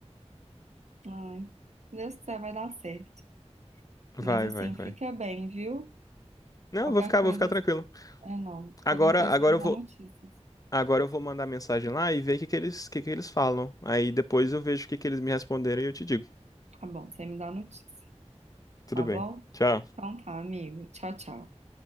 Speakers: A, on the right; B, on the left.
A: Ai, Deus quiser, vai dar certo.
B: Vai,
A: Mas assim,
B: vai, vai.
A: fica bem, viu?
B: Não,
A: Qualquer
B: eu vou ficar,
A: coisa.
B: vou ficar tranquilo.
A: É, não.
B: Agora,
A: Qualquer coisa
B: agora
A: você me
B: eu
A: dá
B: vou,
A: notícias.
B: Agora eu vou mandar mensagem lá e ver o que que eles, o que que eles falam. Aí depois eu vejo o que que eles me responderem e eu te digo.
A: Tá bom, você me dá notícia,
B: Tudo
A: tá
B: bem.
A: bom?
B: Tchau.
A: Então tá, amigo. Tchau, tchau.